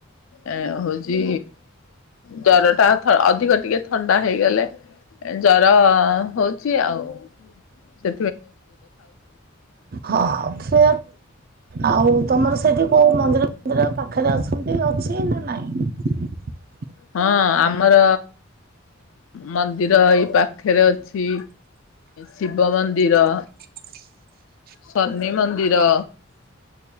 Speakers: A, on the left; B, on the right.
A: ଏ ହଉଛି ଜର ଟା ଅ-ଅଧିକ ଟିକେ ଥଣ୍ଡା ହେଇଗଲେ ଜର ହଉଛି ଆଉ। ସେ
B: ହଁ ହଁ ସେ ଆଉ ତମର ସେଇଠି କୋଉ ମନ୍ଦିର ଫନ୍ଦିର ପାଖରେ ଅଛନ୍ତି ଅଛି ନା ନାଇଁ? <inaudible>
A: ହଁ ଆମର ମନ୍ଦିର ଅମ ଏଇ ପାଖରେ ଅଛି। ଶିବ ମନ୍ଦିର।
B: <inaudible>
A: ଶନି ମନ୍ଦିର।